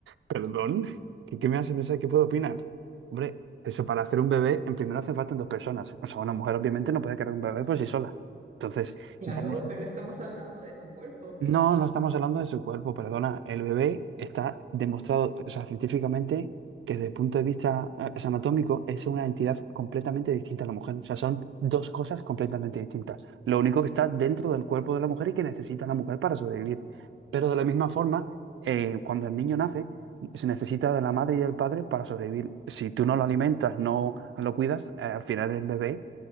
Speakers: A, on the right (about 80°); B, on the right (about 40°).
A: ¿Perdón? ¿Qué, qué me hace pensar que puedo opinar? Hombre, eso para hacer un bebé, en primero hace falta dos personas. O sea, una mujer obviamente no puede cargar un bebé por sí sola. Entonces,
B: Claro,
A: ya me,
B: pero estamos hablando de su cuerpo.
A: no, no estamos hablando de su cuerpo, perdona. El bebé está demostrado, o sea, científicamente, que desde el punto de vista eh, es anatómico es una entidad completamente distinta a la mujer. O sea, son dos cosas completamente distintas. Lo único que está dentro del cuerpo de la mujer y que necesita la mujer para sobrevivir. Pero de la misma forma, eh, cuando el niño nace, se necesita de la madre y del padre para sobrevivir. Si tú no lo alimentas, no lo cuidas, eh, al final el bebé